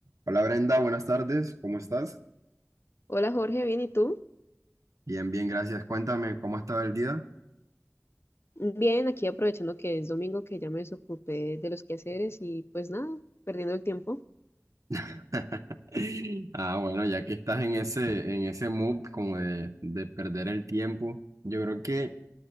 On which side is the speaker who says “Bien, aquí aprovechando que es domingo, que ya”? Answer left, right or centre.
Left